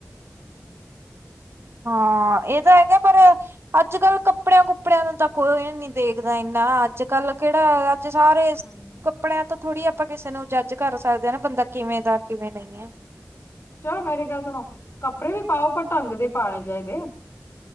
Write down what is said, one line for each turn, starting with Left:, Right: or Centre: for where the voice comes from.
Right: ਹਾਂ। ਇਹ ਤਾਂ ਹੈਗਾ ਪਰ ਅੱਜ ਕੱਲ ਕੱਪੜਿਆਂ ਕੁੱਪੜਿਆਂ ਨੂੰ ਤਾਂ ਕੋਈ ਨੀ ਦੇਖਦਾ ਇੰਨਾ ਅੱਜ ਕੱਲ ਕਿਹੜਾ ਅੱਜ ਸਾਰੇ ਇਸ
Left: ਹਾਂਜੀ
Right: ਕੱਪੜਿਆਂ ਤੋਂ ਥੋੜ੍ਹੀ ਆਪਾਂ ਕਿਸੇ ਨੂੰ ਜੱਜ ਕਰ ਸਕਦੇ ਹਾਂ ਨਾ ਬੰਦਾ ਕਿਵੇਂ ਦਾ ਕਿਵੇਂ ਨਹੀਂ ਹੈ
Left: ਚੱਲ ਮੇਰੀ ਗੱਲ ਸੁਣੋ ਕੱਪੜੇ ਵੀ ਪਾਓ ਪਰ ਢੰਗ ਦੇ ਪਾਉਣੇ ਚਾਹੀਦੇ ਆ।